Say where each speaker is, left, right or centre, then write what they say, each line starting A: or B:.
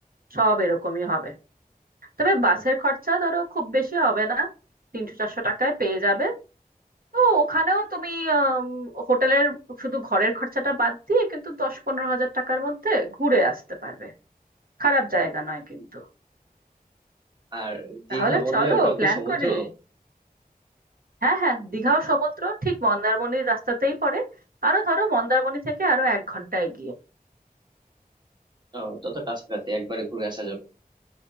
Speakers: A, on the right (about 70°); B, on the right (about 30°).
A: সব এরকমই হবে তবে বাসের
B: তো,
A: খরচা ধরো খুব বেশি হবে না তিনশো চারশো টাকায় পেয়ে যাবে তো ওখানেও তুমি আম, হোটেলের শুধু ঘরের খরচাটা বাদ দিয়ে কিন্তু দশ পনেরো হাজার টাকার মধ্যে ঘুরে আসতে পারবে খারাপ জায়গা নয় কিন্তু
B: আর দীঘা
A: তাহলে
B: বললে
A: চলো
B: ওটাও
A: প্ল্যান
B: কি সমুদ্র
A: করি হ্যাঁ হ্যাঁ দীঘাও সমুদ্র ঠিক মন্দারমণির রাস্তাতেই পড়ে আরো ধরো মন্দারমণি থেকে আরো এক ঘন্টা এগিয়ে
B: ও, তত কাছাকাছি একবারে ঘুরে আসা যাবে